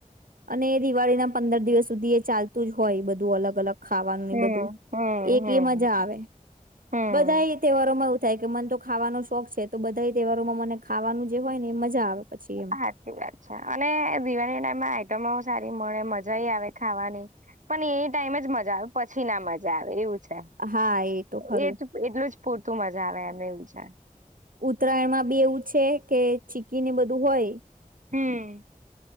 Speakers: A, on the right; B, on the right.
A: અને દિવાળી ના પંદર દિવસ સુધી એ ચાલતું જ હોય બધું અલગ અલગ ખાવાનું
B: હમ
A: ને બધું
B: હમ
A: એક
B: હમ
A: એ મજા આવે
B: હમ
A: બધા એ તહેવારોમાં થાય કે મને તો ખાવાનો શોખ છે તો બધા તહેવારોમાં મને ખાવાનું જે હોય ને એ મજા આવે. પછી એમ
B: હાચી વાત છે અને દિવાળી ટાઈમમાં આઈટમો સારી મળે મજાય આવે ખાવાની પણ એ ટાઈમ જ મજા આવે પછી ના મજા આવે એવું છે
A: હા એ તો ખરું
B: એજ એટલું જ પૂરતું મજા આવે અ ને એવું છે.
A: ઉત્તરાયણમાં બી એવું છે કે ચીકીને બધું હોય
B: હમ